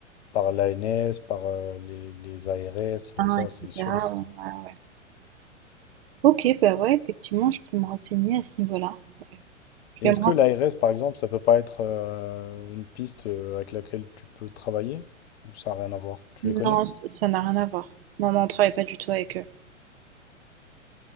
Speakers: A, on the left (about 55°); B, on the right (about 50°).
A: par l'ANS, par euh, les, les ARS,
B: Hein,
A: euh, ça
B: et cetera,
A: c'est sûr et certain.
B: ouais, ouais. Ok, bah ouais, effectivement, je peux me renseigner à ce niveau-là. Ouais. Je
A: Et
B: vais
A: Est-ce
B: me
A: que l'ARS, par exemple, ça peut pas être euh, une piste euh, avec laquelle tu peux travailler? Ou ça n'a rien à voir? Tu
B: renseigner.
A: les connais?
B: Non, c- ça n'a rien à voir. Non, non, on travaille pas du tout avec eux.